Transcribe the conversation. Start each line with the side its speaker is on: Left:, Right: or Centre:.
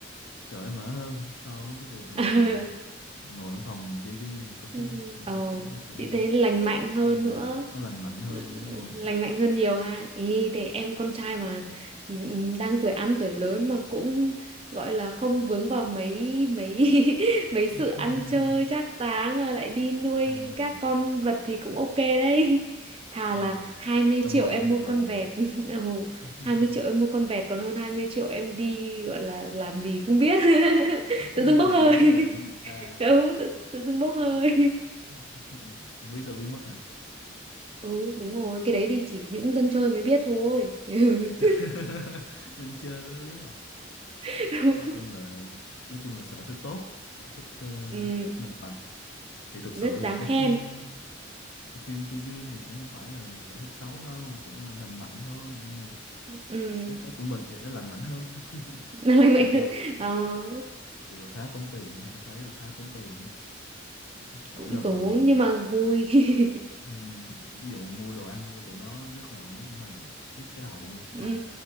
Left: cởi mở hơn so với cái việc là
Right: <laughs>
Left: mình ờ, mình ngồi trong phòng mình chơi game mình coi
Right: Ừ.
Left: phim thì nó
Right: ờ
Left: sẽ nó sẽ
Right: chị thấy lành mạnh hơn
Left: ừm,
Right: nữa
Left: nó lành mạnh hơn
Right: Ờ,
Left: đúng rồi
Right: lành mạnh hơn nhiều ha ý thì em con trai mà ừm, đang tuổi ăn tuổi lớn mà cũng gọi là không vướng vào mấy mấy <laughs> mấy sự
Left: <laughs>
Right: ăn chơi trác táng rồi lại đi nuôi
Left: ừ,
Right: các con vật thì cũng ok đấy thà
Left: em
Right: là
Left: là
Right: 20
Left: tâm
Right: triệu
Left: hồn
Right: em
Left: của người
Right: mua con
Left: già
Right: vẹt <laughs> oh,
Left: <laughs>
Right: 20 triệu em mua con vẹt còn hơn 20 triệu em đi gọi là làm gì không biết <laughs>
Left: làm
Right: tự dưng bốc hơi
Left: gì không biết là làm cái gì ta
Right: <laughs> đâu tự, tự dưng bốc hơi <laughs>
Left: <laughs> không biết sao biết mất hả
Right: ừ đúng rồi cái đấy thì chỉ những dân chơi mới biết thôi <laughs>
Left: <laughs> nhân chơi mới biết là
Right: <laughs>
Left: nói chung là nói chung là sở thích tốt sở thích ờ,
Right: ừ,
Left: lành mạnh thì thực
Right: rất
Left: sự
Right: đáng
Left: thì coi
Right: khen
Left: phim coi phim chơi game thì cũng không phải là sở thích xấu đâu cũng là lành mạnh thôi nhưng mà
Right: ừ,
Left: mấy cái của mình thì nó lành mạnh hơn <laughs>
Right: nó lành mạnh
Left: mặc dù
Right: hơn
Left: là,
Right: Ờ,
Left: dù là khá tốn tiền nha em thấy là khá tốn tiền á mỗi
Right: cũng
Left: lần
Right: tốn
Left: mà
Right: nhưng mà vui <laughs>
Left: ừm, ví dụ mua đồ ăn cho tụi nó nhất là mấy con mèo nhức cái đầu luôn
Right: ừ.
Left: mệt